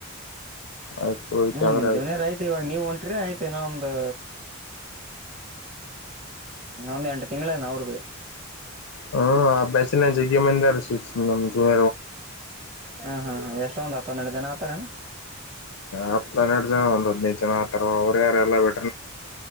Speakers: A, on the left (about 80°); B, on the right (about 30°).
A: ಆಯ್ತು ಹೋಯ್ತು
B: ಹ್ಮ್
A: ಅಂದ್ರೆ
B: ನಿಮ್
A: ಆಯ್ತು
B: ಜೋನಿಯಾರ ಆಯ್ತ ಇವಾಗ ನೀವ್ ಹೊಂಟ್ರಿ ಆಯ್ತ ಇನ್ನೊಂದು ಇನ್ನು ಒಂದು ಎಂಟ ತಿಂನ್ನ ಅವರು
A: ಹ್ಮ್ ಆ ಬ್ಯಾಚನ ಜಗ್ಯ ಮ ಅಂದ ನ ಜುನ
B: ಹ್ಮ್ ಹ್ಮ ಎಷ್ಟೊಂದ್ ಆತ ಒಂದೆರಡು ಜನ ಆತಾರನಾ
A: ಹನ್ನೆರಡು ಜನ ಒಂದ ಹದ್ನೈದು ಜನ ಆತರ ಅವರ ಯಾರ ಎಲ್ಲ ಬಿಟ್ಟ